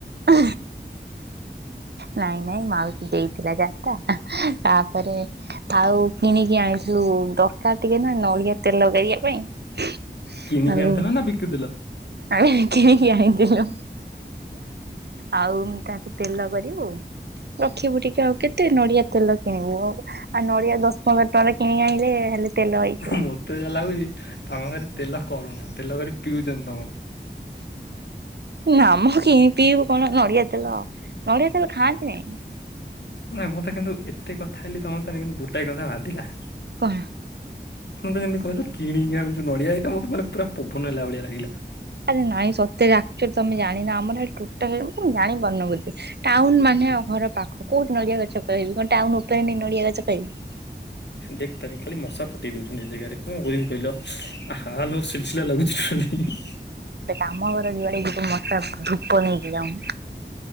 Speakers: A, on the right; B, on the left.
A: ହ ନାଇଁ ନାଇଁ ମାଉସୀ ଦେଇଥିଲା ଚାରିଟା ତାପରେ ଆଉ କିଣିକି ଆଣିଥିଲୁ ଦରକାର ଟିକେ ନା ନଡିଆ ତେଲ କରିବା ପାଇଁ।
B: କିଣିକି
A: ଆଉ
B: ଆଣିଥିଲ ନା ବିକୁଥିଲ
A: ଆମେ କିଣିକି ଆଣିଥିଲୁ। ଆଉ ମୁଁ ତାକୁ ତେଲ କରିବୁ ରଖିବୁ ଟିକେ ଆଉ କେତେ ନଡିଆ ତେଲ କିଣିବୁ ଆଉ। ଆଉ ନଡିଆ ଦଶ ପନ୍ଦର ଟଙ୍କାରେ କିଣି ଆଣିଲେ ହେଲେ ତେଲ ହେଇଯିବ
B: ମତେ ଯାହା ଲାଗୁଛି ତମ ଘରେ ତେଲ କରୁନା ତେଲ କରି ପିଉଛନ୍ତି ତମ ଘରେ।
A: ନାମ କିଣି ପିଇବୁ କଣ ନଡିଆ ତେଲ ନଡିଆ ସେରା ଖାଆନ୍ତି ନାହିଁ।
B: ନାଇଁ ମତେ କିନ୍ତୁ ଏତେ କଥା ହେଲି ତମ ସାଙ୍ଗେ କିନ୍ତୁ ଗୋଟାଏ କଥା ବାନ୍ଧିଲା।
A: କଣ
B: ମତେ କେମିତି କହିଲ କିଣିକି ଆଣୁଛୁ ନଡିଆ ଏଇଟା ମାନେ ପୁରା ପବନ ହେଲା ଭଳିଆ ଲାଗିଲା।
A: ଆରେ ନାଇଁ ସତେରେ ଆକଚୁଲି ତମେ ଜାଣି ନା ଆମର ହେଟି ଟା ମୁଁ ତେ ଜାଣିପାରୁନ ବ ଟାଉନ ମାନେ ଘର ପାଖ କୋଉଠି ନଡିଆ ଗଛ କହିବି? ଟାଉନ ଉପରେ ନେଇ ନଡ଼ିଆଗଛ କହିବି।
B: ଦେଖ ତାରି ଖାଲି ମଶା ଫୁଟେଇ ଦଉଛନ୍ତି ଏ ଜାଗାରେ କଣ କରିବି କହିଲ ଆଲ ସିସିଲା ଲାଗୁଛି। ହ
A: ଆମ ଘର ଯୁଆଡେ ମଶା ଧୂପ ନେଇକି ଯାଉ।